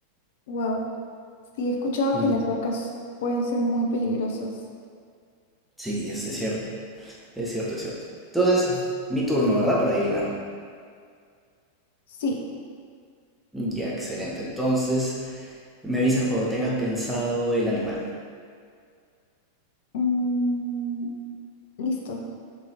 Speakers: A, on the left; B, in the centre.
A: Wow. Sí, he escuchado
B: Mm,
A: que las orcas pueden ser muy peligrosas.
B: Sí, es es cierto, es cierto, es cierto. Entonces, mi turno, ¿verdad? Para adivinar.
A: Sí.
B: Ya, excelente. Entonces, me avisas cuando tengas pensado el animal.
A: Mm, listo.